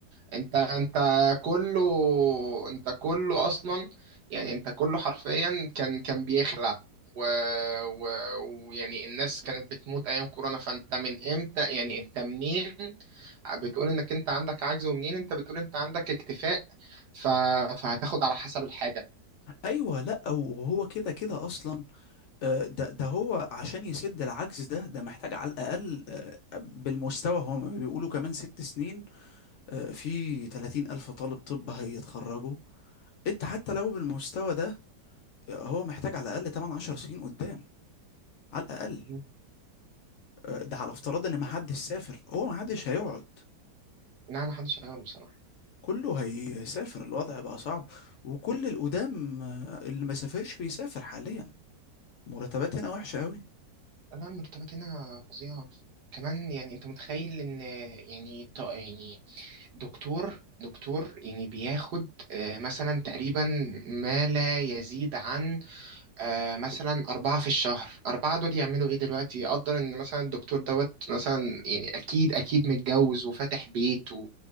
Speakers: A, on the right (about 70°); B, on the left (about 75°).
A: انت انت كله انت كله اصلا يعني انت كله حرفيا كان كان بيخلع و... و... ويعني الناس كانت بتموت ايام كورونا فانت من امتى يعني انت منين بتقول انك انت عندك عجز ومنين انت بتقول انت عندك اكتفاء ف... فهتاخد على حسب الحاجة
B: ايوه لا وهو كده كده اصلا آه، ده ده هو عشان يسد العجز ده ده محتاج على الاقل آه، بالمستوى هم بيقولوا كمان ست سنين آه، في 30 ألف طالب طب هيتخرجوا أنت حتى لو بالمستوى ده هو محتاج على الأقل 8 10 سنين قدام على الأقل
A: مهم.
B: آه، ده على افتراض إن محدش سافر هو محدش هيقعد
A: لا ما حدش هيقعد بصراحة
B: كله هيسافر الوضع بقى صعب وكل القدام آه، اللي ما سافرش بيسافر حاليا مرتبات هنا وحشة قوي
A: لا المرتبات هنا فظيعة كمان يعني انت متخيل ان يعني ط- يعني دكتور دكتور يعني بياخد آه، مثلا تقريبا ما لا يزيد عن آه، مثلا أربعة في الشهر أربعة دول يعملوا إيه دلوقتي يقدر إن مثلا الدكتور دوت مثلا يعني أكيد أكيد متجوز وفاتح بيت و-